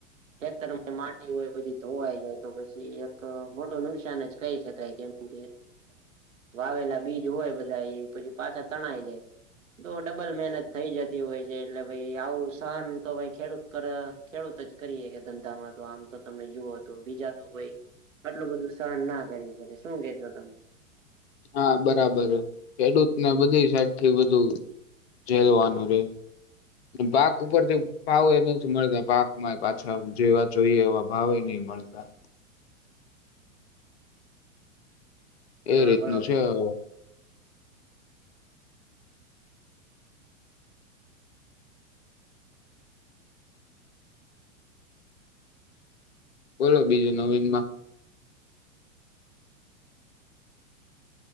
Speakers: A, on the right (about 70°); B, on the left (about 50°).
A: ખેતર માટી હોય બધી ધોવાઈ જાય તો પછી એક મોટું નુકસાન જ કહી શકાય કેમ કે
B: <inaudible>
A: વાવેલા બીજ હોય બધા ઈ પછી પાછા તણાઈ જાય. તો ડબલ મહેનત થઈ જતી હોય છે એટલે ભઈ આવું સહન તો ભાઈ ખેડૂત કર ખેડૂત જ કરીએ હકે ધંધામાં. તો આમ તો તમે જુઓ તો બીજા તો કોઈ આટલું બધું સહન ના કરી શકે શું કેશો તમે.
B: હા બરાબર હ ખેડૂત ને બધી સાઈડ થી બધું જેવાનું રે પાક ઉપરથી ભાવ એ નીથ મળતા પાકમાં પાછા જેવા જોઈએ એવા ભાવેય નીહ મળતા. એ
A: હા
B: રીતનું
A: બરોબર
B: છે હવે. બોલો બીજું નવીન માં.